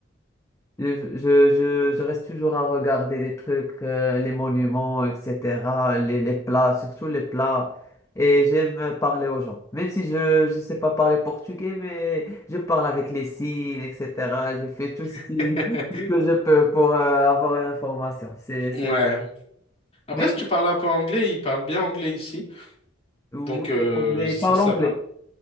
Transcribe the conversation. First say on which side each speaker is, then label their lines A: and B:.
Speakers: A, on the left (about 15°); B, on the left (about 30°).
A: Je, je, je, je reste toujours à regarder les trucs, euh, les monuments, etc., les, les plats, surtout les plats. Et j'aime parler aux gens. Même si je je sais pas parler portugais, mais je parle avec les signes, etc. Je fais tout ce qui,
B: <laughs>
A: <laughs> tout ce que je peux pour euh, avoir une information. C'est,
B: Ouais.
A: c'est...
B: Après,
A: Mais
B: si tu parles un peu anglais, ils parlent bien anglais ici.
A: oui,
B: Donc, euh,
A: on les
B: ça,
A: parle
B: ça
A: anglais.
B: va.